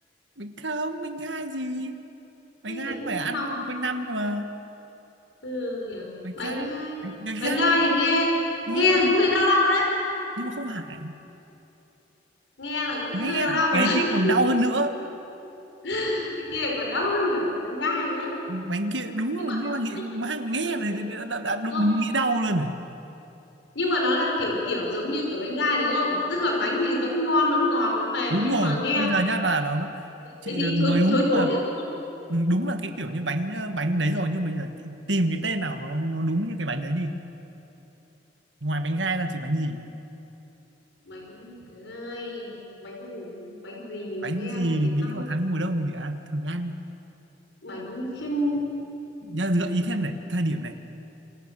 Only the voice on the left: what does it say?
Hay
vì không
ăn nóng?
ừ nhỉ
bánh
gai
bánh
gai thì nghe
nghe thì
cũng thấy đau đau đấy
nghe là cũng thấy
hơi đau đau rồi
đấy
<laughs> cái kia còn đau hơn cả cái bánh gai nữa
nhưng mà
nhưng mà
nó
kiểu
kiểu như-
đúng không
nhưng mà nó là kiểu kiểu giống như kiểu bánh gai đúng không tức là bánh thì vẫn ngon vẫn ngọt vẫn mềm
nhưng
mà nghe
là
thấy
thấy
thấy thấy
chối
chối chối
rồi đúng không
bánh gai bánh bánh gì mà
nghe
lại cái
năng
bánh chưng